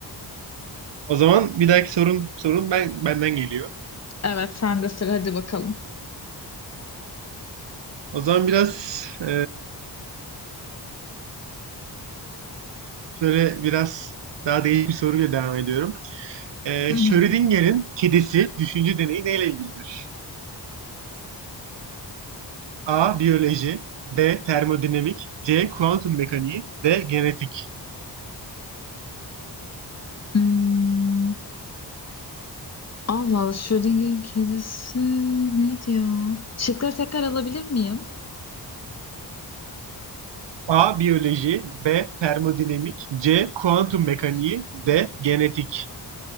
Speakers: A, on the right; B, on the left.
A: O zaman bir dahaki sorun sorun ben benden geliyor.
B: Evet, sen de sıra hadi bakalım.
A: O zaman biraz e, şöyle biraz daha değişik bir soruyla devam ediyorum. E,
B: Hı
A: Schrödinger'in
B: hı.
A: kedisi düşünce deneyi neyle ilgilidir? A. Biyoloji B. Termodinamik C. Kuantum mekaniği D. Genetik
B: Hmm, Allah Allah Schrödinger'in kedisi neydi ya? Şıkları tekrar alabilir miyim?
A: A. Biyoloji B. Termodinamik C. Kuantum mekaniği D. Genetik.